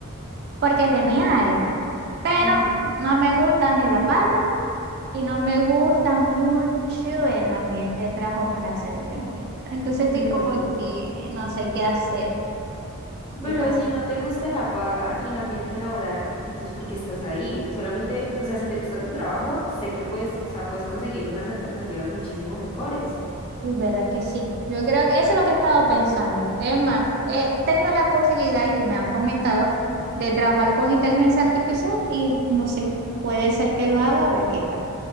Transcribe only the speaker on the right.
porque es de mi área, pero
no me gusta ni la paga y no me gusta mucho el ambiente de trabajo para hacerte honesta. Entonces estoy
como que no sé qué hacer.
Y como,
y verdad que sí. Yo creo que eso es lo que he estado pensando. Es más, he tenido la posibilidad y me han comentado de trabajar con inteligencia artificial y no sé, puede ser que lo haga, a ver qué tal.